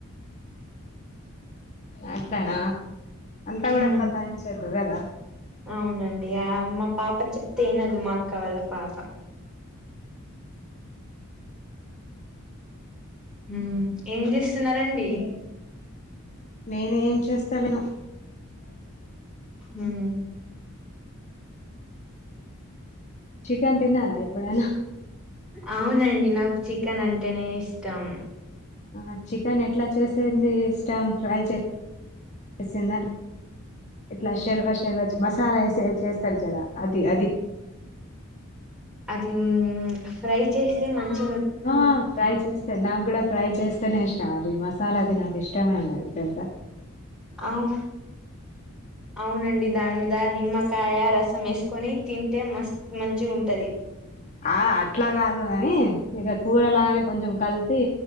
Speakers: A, on the left; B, in the centre.
A: అట్లనా అంతా కూడా
B: ఉమ్
A: సతాయించొద్దు గదా
B: అవునండి ఆ మా పాప చెప్తే ఇనదు మా అక్క వాళ్ళ పాప ఉమ్ ఏం జేస్తున్నారండి
A: నేను ఏం చేస్తలేను
B: ఉమ్
A: చికెన్ తిన్నార ఎప్పుడైన
B: అవునండి నాకు చికెన్ అంటేనే ఇష్టం
A: ఆ చికెన్ ఎట్లా చేసేంది ఇష్టం ఫ్రై చే చేసిందా ఇట్లా షర్వా షర్వా మసాలా వేసి చేస్తారు కదా అది అది <inaudible>
B: హమ్ ఫ్రై చేస్తే మంచి
A: ఆ ఫ్రై చేస్తే నాకు కూడా ఫ్రై చేస్తేనే ఇష్టం అది మసాలా అది నాకు ఇష్టం ఇష్టమే ఉండదు తెలుసా
B: అమ్
A: <inaudible>
B: అవునండి దాని మీద నిమ్మకాయ రసం యేసుకొని తింటే మస్ మంచిగుంటది
A: ఆ అట్లా కాదు కాని ఇగ కూర లాగానే కొంచెం కలిపి